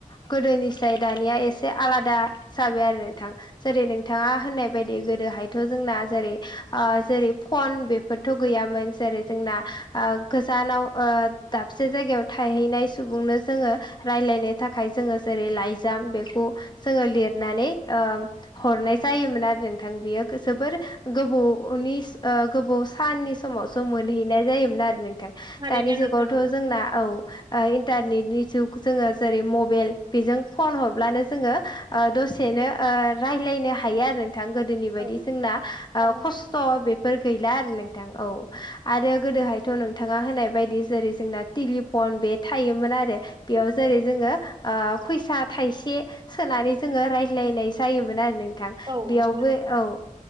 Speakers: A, on the left (about 30°); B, on the right (about 30°).
A: गोदोनिफ्राय दानिया एसे आलादा जाबाय आरो नोंथां जेरै नोंथाङा। होननाय बायदि गोदोहायथ' जोंना जेरै जेरै फन बेफोरथ' गैयामोन जेरै जोंना ओ गोजानाव ओ दाबसे जायगायाव थाहैनाय सुबुंनो जोङो राय्लायनो थाखाय जोङो जेरै लाइजाम बेखौ जोङो लिरनानै हरनाय। जायोमोन आरो नोंथां बेयो जोबोर गोबावनि गोबाव साननि समावसो मोनहैनाय जायोमोन आरो नोंथां
B: थारैनो
A: दानि
B: नोंथां
A: जुगावथ'
B: औ
A: जोंना औ ओ इन्टारनेटनि जुग जोङो जेरै मबेल बेजों फन हरब्लानो जोङो। ओ दसेनो ओ रायज्लायनो। हायो आरो नोंथां गोदोनि बायदि
B: औ
A: जोंना
B: थारैनो
A: खस्थ' बेफोर गैला आरो नोंथां। नोंथां औ आरो। गोदोहायथ' नोंथाङा होनाय बायदि जेरै जोंना टेलिफन बे थायोमोन आरो। बेयाव जेरै
B: औ
A: जोङो। ओ फैसा थाइसे सोनानै जोङो रायज्लायनाय जायोमोन आरो नों नोंथां
B: औ
A: बेयावबो
B: नंगौ नोंथां
A: औ।